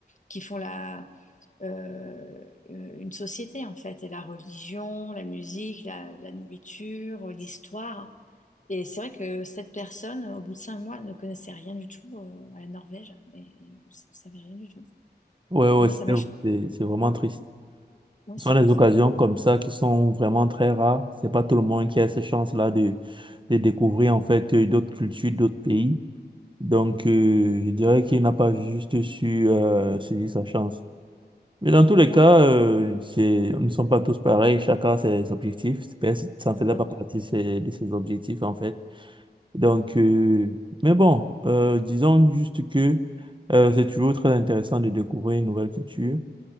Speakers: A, on the left (about 45°); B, on the right (about 30°).
A: qui font la, euh, euh, une société en fait, et la religion, la musique, la, la nourriture, l'histoire. Et c'est vrai que cette personne, au bout de cinq mois, elle ne connaissait rien du tout euh, à la Norvège et ne savait rien du tout.
B: Ouais, ouais,
A: Moi,
B: c'est
A: ça m'a choquée.
B: c'est- c'est vraiment triste.
A: Oui,
B: Ce
A: c'est-
B: sont des
A: c'était.
B: occasions comme ça qui sont vraiment très rares. C'est pas tout le monde qui a cette chance-là de, de découvrir en fait euh, d'autres cultures, d'autres pays. Donc, euh, je dirais qu'il n'a pas juste su euh, saisir sa chance. Mais dans tous les
A: Ouais,
B: cas, euh, c'est- nous ne sommes pas tous pareils, chacun a ses objectifs. Personne- Ça ne
A: heureusement.
B: faisait pas partie de ses- de ses objectifs, en fait. Donc, euh, mais bon, euh, disons juste que euh, c'est toujours très intéressant de découvrir une nouvelle culture.